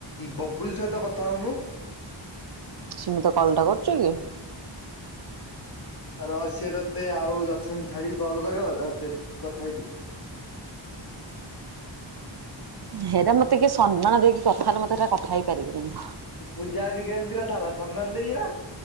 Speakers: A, on the left; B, on the right.
A: ବବୁଲ ସହିତ କଥା ହଉନୁ?
B: ସିଏ ମତେ କଲ ଟା କରୁଚିକି।
A: ର ସିଏ ତୋତେ ଆଉ ଦଶ ମିନିଟ ଛାଡିକି କଲ୍ କରିବ କଥା ହେଇଯିବୁ। <inaudible>
B: ହେରା ମତେ କିଏ ସମ୍ମାନ ଦେଇକି କଥାହେଲେ ମତେ ହେରା କଥା ହେଇପାରିବିନିଁ।
A: ପୂଜା ଏନି କେମିତି କଥା ହେଲା, ସମ୍ମାନ ଦେଇ କିବା!